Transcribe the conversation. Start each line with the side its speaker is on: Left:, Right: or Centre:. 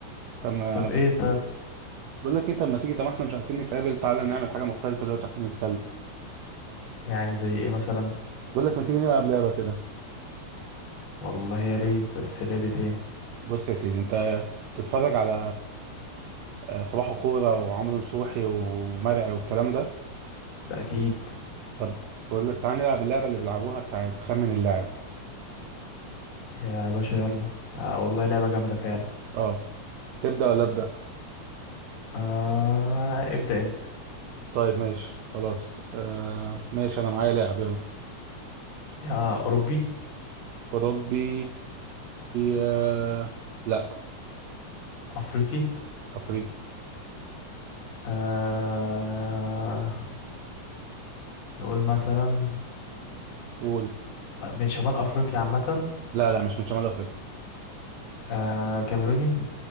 Right: طب ما
Left: طب ايه طب
Right: بقول لك ايه طب ما تيجي طب ما احنا مش عارفين نتقابل تعالى نعمل حاجه مختلفه دلوقتي واحنا بنتكلم
Left: يعني زي ايه مثلا
Right: بقول لك ما تيجي نلعب لعبه كده
Left: والله يا ريت بس لعبة ايه
Right: بص يا سيدي انت بتتفرج على آه، صباح كوره وعمرو نصوحي ومرعي والكلام ده
Left: ده اكيد
Right: طب بقول لك تعالى نلعب اللعبه اللي بيلعبوها بتاعت خمن اللاعب
Left: يا باشا يلا آه والله لعبة جامدة فعلا
Right: اه تبدا ولا ابدا
Left: آه ابدأ انت
Right: طيب ماشي خلاص آه ماشي انا معايا لاعب يلا
Left: يا اوروبي
Right: أوروبي آه... لا
Left: افريقي
Right: أفريقي
Left: آه نقول مثلا
Right: قول
Left: آه، من شمال افريقيا عامة
Right: لا لا مش من شمال أفريقيا
Left: آه كاميروني